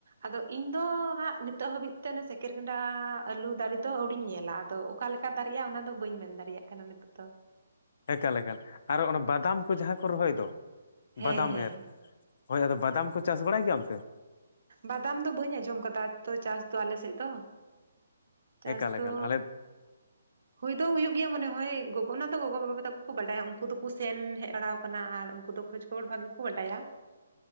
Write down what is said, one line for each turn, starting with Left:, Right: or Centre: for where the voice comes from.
Right: ᱟᱫᱚ ᱤᱧ ᱫᱚ ᱦᱟᱸᱜ ᱱᱤᱛᱚᱜ ᱦᱟᱹᱵᱤᱡ ᱛᱮ ᱚᱱᱮ ᱥᱮᱸᱠᱮᱨ ᱜᱮᱰᱟ ᱟᱹᱞᱩ ᱫᱟᱨᱮ ᱫᱚ ᱟᱹᱣᱲᱤᱧ ᱧᱮᱞᱟ ᱟᱫᱚ ᱚᱠᱟ ᱞᱮᱠᱟ ᱫᱟᱹᱨᱤᱜᱼᱟ ᱚᱱᱟ ᱫᱚ ᱵᱟᱹᱧ ᱢᱮᱱ ᱫᱟᱨᱤᱭᱟᱜ ᱠᱟᱱᱟ ᱱᱤᱛᱚᱜ ᱫᱚ ᱾
Left: ᱮᱠᱟᱞ ᱮᱠᱟᱞ ᱟᱨᱚ ᱚᱱᱟ ᱵᱟᱫᱟᱢ ᱠᱚ ᱡᱟᱦᱟᱸ ᱠᱚ ᱨᱚᱦᱚᱭ ᱫᱚ
Right: ᱦᱮᱸ
Left: ᱵᱟᱫᱟᱢ
Right: ᱦᱮᱸ
Left: ᱮᱨ ᱦᱳᱭ ᱟᱫᱚ ᱵᱟᱫᱟᱢ ᱠᱚ ᱪᱟᱥ ᱵᱟᱲᱟᱭ ᱜᱮᱭᱟ ᱚᱱᱛᱮ?
Right: ᱵᱟᱫᱟᱢ ᱫᱚ ᱵᱟᱹᱧ ᱟᱸᱡᱚᱢ ᱠᱟᱫᱟ ᱛᱚ ᱪᱟᱥ ᱫᱚ ᱟᱞᱮ ᱥᱮᱫ ᱫᱚ ᱾ ᱪᱟᱥ
Left: ᱮᱠᱟᱞ
Right: ᱫᱚ
Left: ᱮᱠᱟᱞ ᱟᱞᱮ
Right: ᱦᱩᱭ ᱫᱚ ᱦᱩᱭᱩᱜ ᱜᱮᱭᱟ ᱢᱚᱱᱮ ᱦᱳᱭ ᱚᱱᱟ ᱫᱚ ᱜᱚᱜᱚ ᱚᱱᱟ ᱫᱚ ᱜᱚᱜᱚ ᱵᱟᱵᱟ ᱛᱟᱠᱚ ᱠᱚ ᱵᱟᱰᱟᱭᱟ ᱩᱱᱠᱩ ᱫᱚᱠᱚ ᱥᱮᱱ ᱦᱮᱡ ᱵᱟᱲᱟᱠᱟᱱᱟ ᱟᱨ ᱩᱱᱠᱩ ᱫᱚ ᱠᱷ ᱠᱷᱚᱵᱚᱨ ᱵᱷᱟᱜᱮ ᱠᱚ ᱵᱟᱰᱟᱭᱟ ᱾